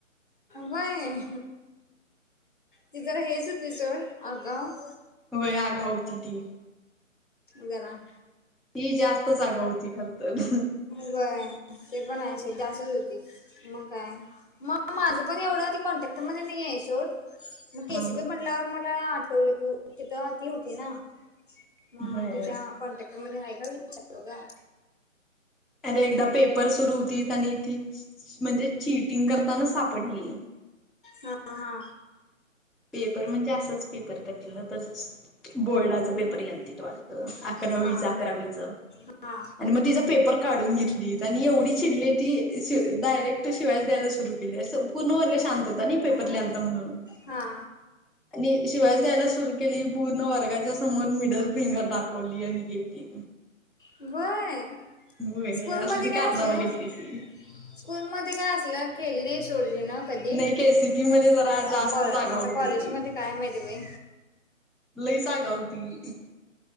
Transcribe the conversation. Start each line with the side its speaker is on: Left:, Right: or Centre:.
Left: व्हय? ती जरा हेच होती सोड आगाव.
Centre: व्हय, आगाव होती ती.
Left: जरा
Centre: ती जास्तच आगाव होती खर तर.
Left: होय ते पण आहे सोड जास्तच होती मग काय? म माझं पण एवढं ती कॉन्टॅक्ट मध्ये नाही आहे सोड मग के
Centre: हा
Left: सी पी म्हंटल्यावर मला आठवलं तू तिथं ती होती ना, मग
Centre: व्हय.
Left: तुझ्या कॉन्टॅक्ट मध्ये हाय का? विचारलो गं
Centre: अरे एकदा पेपर सुरू होतीत आणि ती म्हणजे चिटिंग करताना सापडली
Left: हा हा
Centre: पेपर म्हणजे असंच पेपर कटलं तर बोर्डाच पेपर घ्यालतीत वाटतं अकरावीचं
Left: हा
Centre: अकरावीचं
Left: हा
Centre: आणि मग तिचा पेपर काढून घेतलीत आणि एवढी चिडले ती शि डायरेक्ट शिव्याचं द्यायला सुरू केली असं पूर्ण वर्ग शांत होता नाही पेपर ल्ह्यालता म्हणून
Left: हा
Centre: आणि शिव्याच द्यायला सुरु केली पूर्ण वर्गाच्या समोर मिडल फिंगर दाखवली आणि गेली.
Left: व्हय
Centre: होय
Left: स्कूल
Centre: असली
Left: मध्ये
Centre: कारनामा
Left: काय असले नव्ह
Centre: केलती ती.
Left: स्कूल मध्ये काय असलं केली नाही सोड तीनं कधी
Centre: नाही केसीपी मध्ये जरा जास्तच
Left: अ कॉ आता
Centre: आगाऊ होती
Left: कॉलेज
Centre: ती
Left: मध्ये काय माहित बाई?
Centre: लईच आगाव होती कि